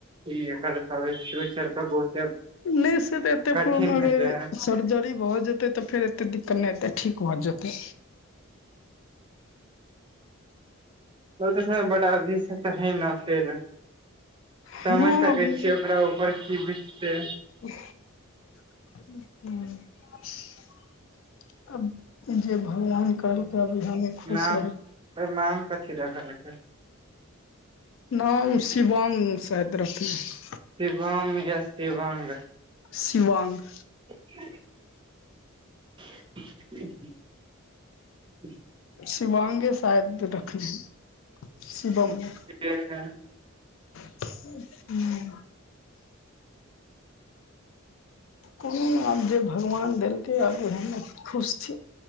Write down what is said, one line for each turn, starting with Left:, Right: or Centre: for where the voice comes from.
Right: तब ई फ्यूचर के बहुते
Left: नहि से तऽ एते
Right: कठिन
Left: प्रॉब्लम अगर
Right: हेतै
Left: सर्जरी भऽ जेतै तऽ फेर एते दिक्कत नै एतै ठीक भऽ जेतै
Right: ओ तऽ बट अभी स त है न फेर
Left: हँ
Right: समैझ सकै
Left: अभी
Right: छियै ओकरा ऊपर की बितते
Left: अचछा <unintelligible> अब जे भगवान करलकै अभी हमे खुश
Right: नाम
Left: रहू
Right: पर नाम कथी रखलकै
Left: नाम शिवांग सैद रखने
Right: शिवांम यसती बंद
Left: सिवान्ग
Right: <inaudible> <inaudible>
Left: शिवांगे शायद रखने है शिवम नै
Right: जी <unintelligible>
Left: हूँ कोनो नै आब जे भगवान देलकै आब ओएमे खुश छी